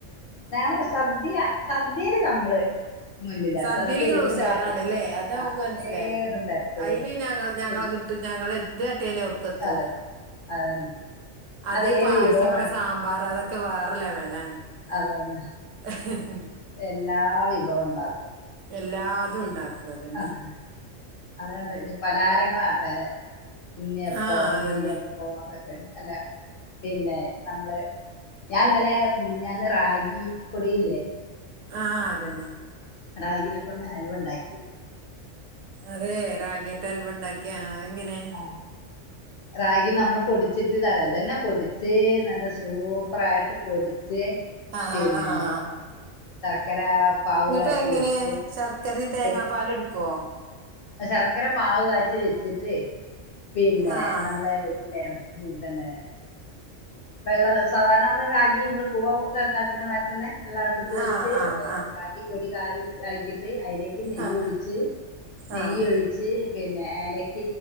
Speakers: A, on the left; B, on the right.
A: നമ്മള് സദ്യ സദ്യല് നമ്മള് മുന്നിലാണ്
B: സദ്യൽ
A: സദ്യ
B: നിങ്ങൾ
A: എന്ത്
B: ഉഷാറാണ്ല്ലേ
A: തരത്തിലും
B: അത് നമുക്ക്
A: ആഹ്
B: മനസ്സിലായി
A: ഏത് തരത്തിലും
B: അയിന് ഞങ്ങൾ ഞങ്ങളെ
A: പിന്നെ
B: കിട്ടി ഞങ്ങള് എന്ത് കാട്ട്യാലും അവ്ട്ക്ക് എത്തൂല
A: അതന്നെ അതന്നെ
B: അത്
A: ഏത്
B: പായസങ്ങൾ
A: വിഭവം
B: സാമ്പാറ് അതൊക്കെ വേറെ ലെവലാണ്
A: അതെ അതെ
B: <unintelligible>
A: എല്ലാ വിഭവം ഉണ്ടാക്കി
B: എല്ലാതും
A: പിന്നെ
B: ഉണ്ടാക്കും അതന്നെ
A: അതെ അതൊണ്ട് ഇ പലഹാരങ്ങളാ കുന്നിയപ്പം
B: ആഹ്
A: നെയ്യപ്പം
B: അതന്നെ
A: അതൊക്കെ അല്ല പിന്നെ നമ്മള് ഞാൻ ഇന്നലെ മിന്ഞ്ഞാന്ന് റഗി പൊടില്ലേ
B: ആഹ് അതന്നെ
A: റാഗിനെ കൊണ്ട് അലുവണ്ടാക്കി.
B: അതെ റാഗിത്തെ അൽവ ഉണ്ടാക്കിയാ അത എങ്ങനെ?
A: ആ റാഗി നമ്മള് പൊടിച്ചിട്ട് ത അതന്നെ പൊടിച്ച് നല്ല സൂപ്പർായിട്ട് പൊടിച്ച്.
B: ആഹ്
A: പിന്നെ
B: ആഹ് ആഹ്
A: <unintelligible>
B: ഇങ്ങിട്ട്
A: കാച്ചി
B: എങ്ങനെ
A: വെച്ച്
B: ശർക്കരയും തേങ്ങാ
A: എന്ന്
B: പാല് ഇടുക്കോ
A: ശർക്കര പാവ് കാച്ചി വെച്ചിട്ട് പിന്നെ
B: ആഹ്
A: നമ്മള ഇതില്ലെ തന്നെ വെള്ള സാധാരണ നമ്മള് റഗി നമ്മള് പൂവ ഓക്കെ കാച്ചണ് മാരി തന്നെ വെള്ളം അടുപ്പത്ത് വെച്ച്
B: ആഹ് ആഹ്
A: പ്പ റാഗിപൊടി <unintelligible> ആക്കിയിട്ട് അതിലേക്ക് നെയ്യ്
B: ആഹ് ആഹ്
A: ഒഴിച്ച് നെയ്യ്
B: ആഹ്
A: ഒഴിച്ച് പിന്നെ ഏലക്ക